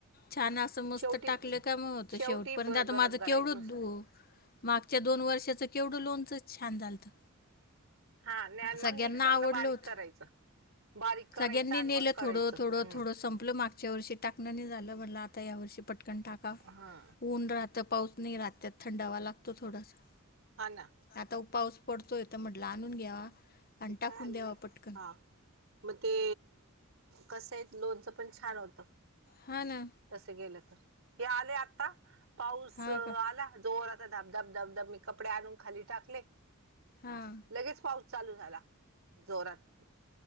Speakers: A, on the left (about 45°); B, on the right (about 65°).
A: छान अस मस्त
B: शेवटी
A: टाकलं का मगत
B: शेवटी
A: शेवटपर्यंत
B: ब
A: आता
B: गरम
A: माझं
B: करायच
A: केवढच
B: नुस
A: दू मागच्या दोन वर्षाचं केवढं लोनच छान झालतं
B: हा आणि मग
A: सगळ्यांना
B: मिक्सरला
A: आवडल
B: बारीक
A: होत
B: करायचं बारीक करायचं
A: सगळ्यांनी
B: आणि
A: नेलं
B: मग करायचं
A: थोडं थोडं
B: हम्म
A: थोडं संपल माग मागच्या वर्षी टाकण नाही झालं म्हटल आता या वर्षी पटकन टाका
B: हा
A: ऊन राह आता पाऊस नाही रात्यात थंडावा लागतो थोडासा
B: हा ना
A: आता पाऊस पडतो येत म्हटलं आणून घ्यावा आणि
B: ते काय
A: टाकून
B: आलं
A: द्यावा
B: बाई
A: पटकन
B: हा मग ते कसं आहे लोनचं पण छान होतं
A: हा ना
B: तस गेलं तर हे आले आता पाऊस
A: हा का
B: आला जोरात धाबधाब धबधब मी कपडे आणून खाली टाकले
A: हां
B: लगेच पाऊस चालू झाला जोरात